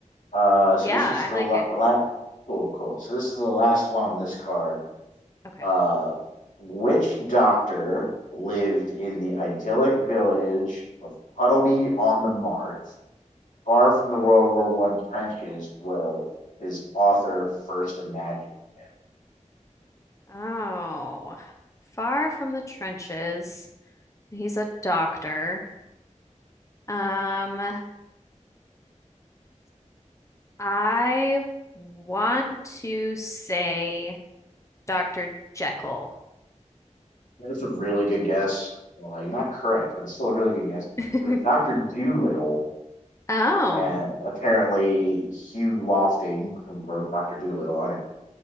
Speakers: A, on the left; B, on the left.
A: Uh, so
B: Yeah,
A: this
B: I
A: is the
B: like
A: la-
B: it.
A: last. Cool, cool. So this is the last one on this card.
B: Okay.
A: Uh, which doctor lived in the idyllic village of Puddleby on the Marsh, far from the World War One trenches where his author first imagined him?
B: Oh, far from the trenches. He's a doctor. Um, I want to say Dr. Jekyll.
A: That's a really good guess. Well, you're not correct, but it's still a really good guess.
B: <laughs>
A: It was Doctor Doolittle,
B: Oh,
A: and apparently Hugh Lofting, who wrote Doctor Doolittle. I didn't